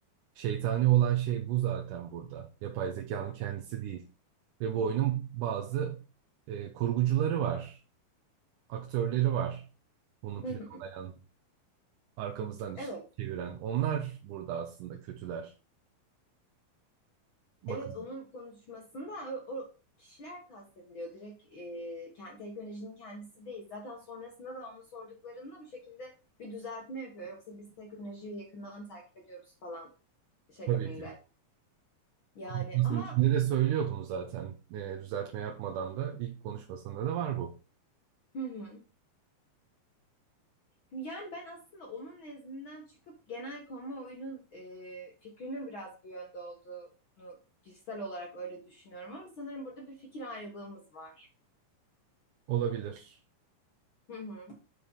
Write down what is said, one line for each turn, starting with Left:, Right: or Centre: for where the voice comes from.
Right: Şeytani olan şey bu zaten burada. Yapay zekanın kendisi değil. Ve bu oyunun bazı e, kurgucuları var, aktörleri var. Bunu
Left: <laughs>
Right: planlayan, arkamızdan iş
Left: Evet,
Right: çeviren. Onlar burada aslında kötüler. Bakın.
Left: evet onun konuşmasında o, o kişiler kastediliyor. Direkt e, kend- teknolojinin kendisi değil. Zaten sonrasında da onu sorduklarında bu şekilde bir düzeltme yapıyor. Yoksa biz teknolojiyi yakından takip ediyoruz falan şeklinde.
Right: Tabii ki.
Left: Yani
Right: Konuşmasının
Left: ama
Right: içinde de söylüyor bunu zaten. E, düzeltme yapmadan da ilk konuşmasında da var bu.
Left: hı hı. Yani ben aslında onun nezdinden çıkıp genel kamuoyunun e, fikrinin biraz bu yönde olduğunu kişisel olarak öyle düşünüyorum. Ama sanırım burada bir fikir ayrılığımız var.
Right: Olabilir.
Left: Hı hı.